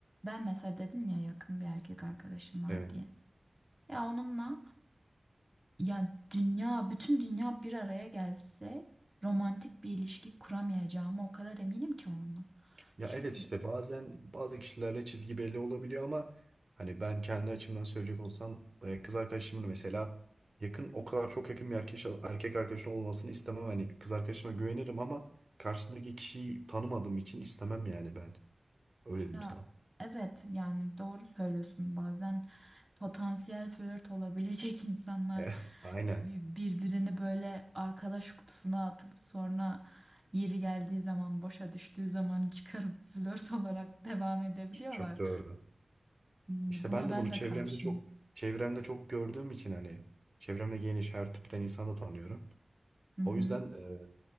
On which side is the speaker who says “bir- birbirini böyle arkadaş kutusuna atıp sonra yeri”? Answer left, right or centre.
Right